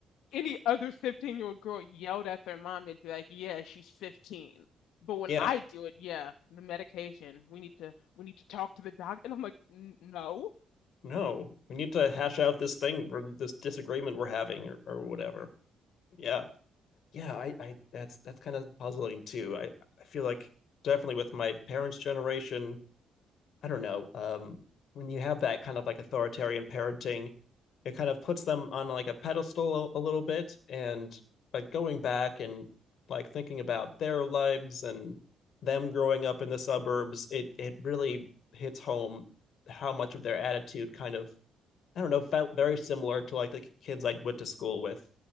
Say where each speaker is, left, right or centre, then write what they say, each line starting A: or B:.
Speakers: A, on the left; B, on the left.
A: any other 15 year old girl yelled at their mom, they'd be like, yeah, she's 15." But when
B: yeah
A: I do it, yeah, the medication, we need to we need to talk to the doc. And I'm like, "N- no.
B: no, we need to hash out this thing or this disagreement we're having or, or whatever. Yeah. Yeah, I, I that's that's kind of puzzling too. I, I feel like definitely with my parents' generation, I don't know, um, when you have that kind of like authoritarian parenting, it kind of puts them on like a pedestal a, a little bit. And like going back and like thinking about their lives and them growing up in the suburbs, it it really hits home how much of their attitude kind of I don't know, felt very similar to like the kids I went to school with.